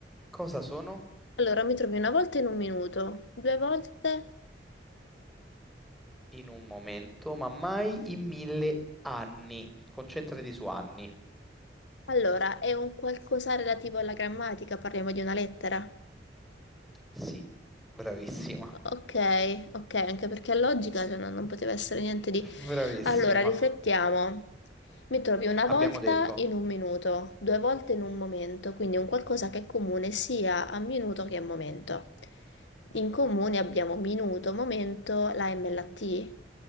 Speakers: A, in the centre; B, on the left.
A: Cosa sono?
B: Allora, mi trovi una volta in un minuto, due volte.
A: in un momento, ma mai in mille anni. Concentrati su anni.
B: Allora, è un qualcosa relativo alla grammatica, parliamo di una lettera.
A: Sì, bravissima,
B: Ok, ok, anche perché è logica, cioè, no- non poteva essere niente di...
A: <laughs> bravissima.
B: Allora, riflettiamo. Mi trovi una
A: Abbiamo
B: volta
A: detto,
B: in un minuto, due volte in un momento, quindi un qualcosa che è comune sia a minuto che a momento. In comune abbiamo minuto, momento, la M e la T